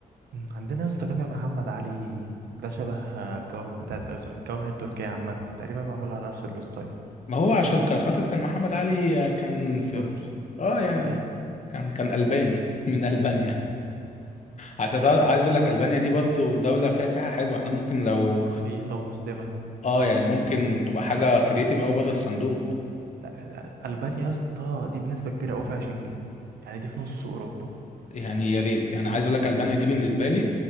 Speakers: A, on the right (about 80°); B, on the left (about 45°).
A: أمم. عندنا يا اسطى جامع محمد علي ده شبه الجوامع بتاعت أيس- الجوامع التركيه عامه تقريبا معمول على نفس الستايل
B: ما هو عشان كان خاطر كان محمد علي آه، كان في
A: تركي
B: في- اه يعني
A: ايوه
B: كان كان الباني من البانيا هتتع- عايز اقول لك البانيا دي برضو دوله فيها سياحه حلوه احنا ممكن لو
A: ورخيصه ومسلمه
B: اه يعني ممكن تبقى حاجه كرييتيف قوي بره الصندوق
A: لا ألبانيا يا اسطى دي بنسبة كبيرة أوي فيها شنجن يعني دي في نص أوروبا
B: يعني يا ريت يعني عايز اقول لك البانيا دي بالنسبه لي